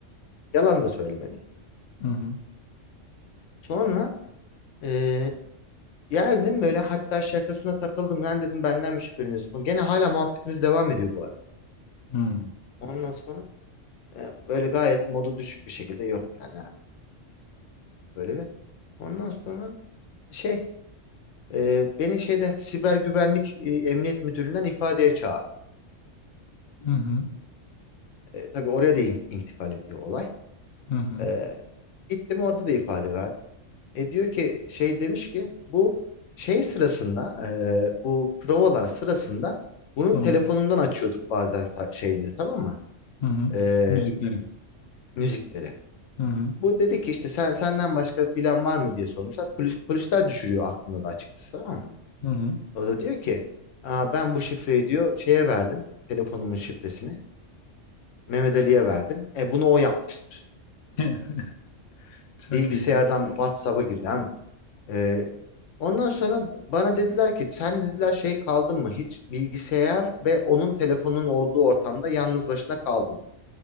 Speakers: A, on the left; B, on the left.
A: Yalan da söylemedik.
B: Hı hı.
A: Sonra e, geldim böyle hatta şakasına takıldım. Lan dedim benden mi şüpheleniyorsun? Gene hala muhabbetimiz devam ediyor bu arada.
B: Hı hı.
A: Ondan sonra e, böyle gayet modu düşük bir şekilde yok yani. Böyle bir. Ondan sonra şey e, beni şeyden siber güvenlik e, emniyet müdürlüğünden ifadeye çağırdı.
B: Hı
A: E, tabii oraya da in- intikal ediyor olay.
B: hı. hı.
A: E, gittim orada da ifade verdim. E diyor ki şey demiş ki bu şey sırasında e, bu provalar sırasında bunun
B: Tamam.
A: telefonundan açıyorduk bazen ta- şeyleri tamam mı?
B: Hı hı.
A: E,
B: Müzikleri.
A: müzikleri.
B: Hı hı.
A: Bu dedi ki işte sen senden başka bilen var mı diye sormuşlar. Polis, polisler düşürüyor aklında da açıkçası tamam mı?
B: Hı hı.
A: O da diyor ki Aa, ben bu şifreyi diyor şeye verdim telefonumun şifresini Mehmet Ali'ye verdim. E bunu o yapmıştır.
B: <laughs> Çok
A: Bilgisayardan
B: iyi.
A: WhatsApp'a giren. e, ondan sonra bana dediler ki sen dediler şey kaldın mı? Hiç bilgisayar ve onun telefonun olduğu ortamda yalnız başına kaldın mı?